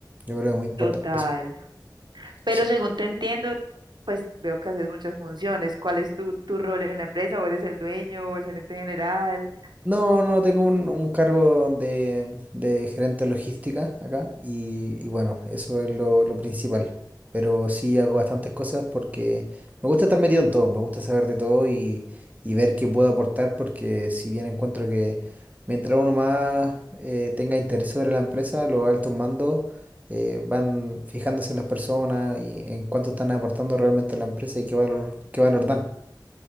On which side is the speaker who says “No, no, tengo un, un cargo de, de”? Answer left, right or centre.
Right